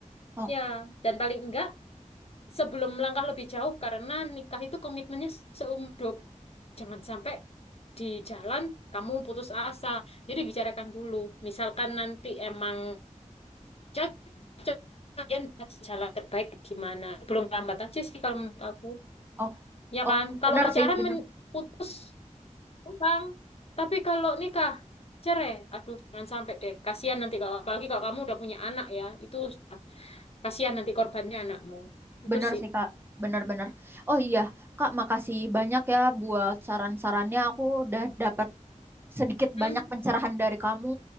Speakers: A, on the right; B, on the left.
A: Oh,
B: Ya, dan paling enggak sebelum melangkah lebih jauh karena nikah itu komitmennya seumur hidup. Jangan sampai di jalan kamu putus asa. Jadi bicarakan dulu. Misalkan nanti emang cocok kalian jalan terbaik gimana. Belum lambat aja sih kalau menurut aku.
A: oh,
B: Ya
A: oh,
B: kan? Kalau
A: benar
B: pacaran
A: sih, benar.
B: men- putus utang. Tapi kalau nikah cerai, aduh jangan sampai deh. Kasihan nanti kalau apalagi kalau kamu udah punya anak ya, itu kasihan nanti korbannya anakmu. Itu
A: Bener
B: sih.
A: sih Kak, bener-bener. Oh iya, Kak, makasih banyak ya buat saran-sarannya. Aku udah dapat sedikit
B: Hmm.
A: banyak pencerahan dari kamu.